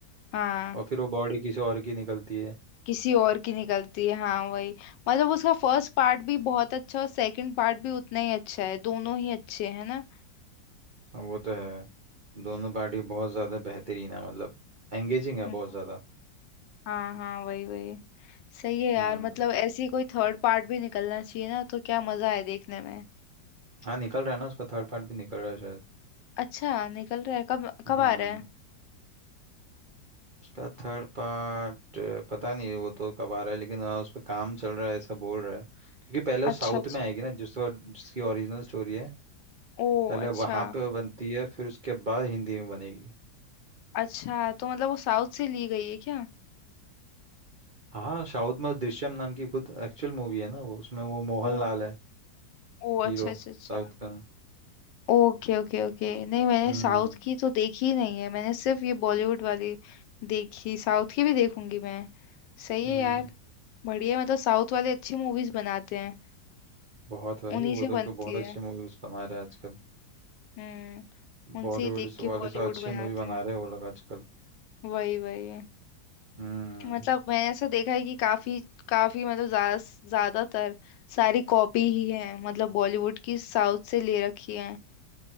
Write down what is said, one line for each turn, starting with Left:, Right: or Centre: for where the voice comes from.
Left: हाँ
Right: और फिर वो बॉडी किसी और की निकलती है
Left: किसी और की निकलती है हाँ वही मतलब उसका फर्स्ट पार्ट भी बहुत अच्छा और सेकंड पार्ट भी उतना ही अच्छा है दोनों ही अच्छे हैं ना
Right: हाँ, वो तो है दोनों पार्टी बहुत ज़्यादा बेहतरीन है मतलब एंगेजिंग है
Left: हम्म,
Right: बहुत ज़्यादा
Left: हाँ हाँ वही वही सही है यार
Right: हम्म
Left: मतलब ऐसी कोई थर्ड पार्ट भी निकलना चाहिए ना तो क्या मजा है देखने में
Right: हाँ निकल रहा है ना उसका थर्ड पार्ट भी निकल रहा है शायद
Left: अच्छा निकल रहा है कब कब
Right: हम्म
Left: आ रहा है
Right: उसका थर्ड पार्ट पता नहीं वो तो कब आ रहा है लेकिन हाँ उस पर काम चल रहा है ऐसा बोल रहा है क्योंकि पहले वो साउथ
Left: अच्छा अच्छा
Right: में आएगी ना जिस जिसकी ओरिजिनल स्टोरी है
Left: ओ
Right: पहले
Left: अच्छा
Right: वहाँ पे वो बनती है फिर उसके बाद हिंदी में बनेगी
Left: अच्छा तो मतलब वो साउथ से ली गई है क्या
Right: हाँ साउथ में दृश्यम नाम की खुद एक्चुअल मूवी है ना वो उसमें वो मोहन
Left: ओ
Right: लाल है
Left: ओ अच्छा
Right: हीरो
Left: अच्छा अच्छा
Right: साउथ का
Left: Okay okay okay नहीं मैंने
Right: हम्म
Left: साउथ की तो देखी ही नहीं है मैंने सिर्फ ये बॉलीवुड वाली देखी साउथ की भी देखूंगी मैं सही
Right: हम्म
Left: है यार बढ़िया मतलब साउथ वाले अच्छी मूवीज बनाते हैं
Right: बहुत भाई
Left: उन्हीं
Right: वो
Left: से
Right: लोग
Left: बनती
Right: तो बहुत अच्छी
Left: है
Right: मूवीज बना रहे हैं आजकल
Left: हम्म उनसे
Right: बॉलीवुड
Left: ही देख के
Right: वाले
Left: बॉलीवुड
Right: से अच्छी
Left: बनाते
Right: मूवी बना
Left: हैं
Right: रहे हैं वो लोग आजकल
Left: वही वही
Right: हम्म
Left: मतलब मैंने ऐसा देखा है कि काफी काफी मतलब ज्या- ज्यादातर सारी कॉपी ही है मतलब बॉलीवुड की साउथ से ले रखी है